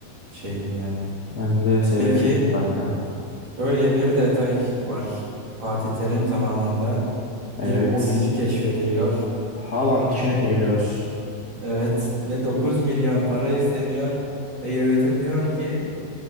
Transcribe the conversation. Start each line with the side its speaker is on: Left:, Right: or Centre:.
Right: şeyim yani.
Left: Ben de severim
Right: Peki
Left: kanka.
Right: şöyle bir detay var. Fatih Terim zamanında
Left: Evet.
Right: bir oyuncu keşfediliyor.
Left: Haaland işine mi giriyoruz?
Right: Evet ve 9 milyon para isteniyor ve yönetim diyor ki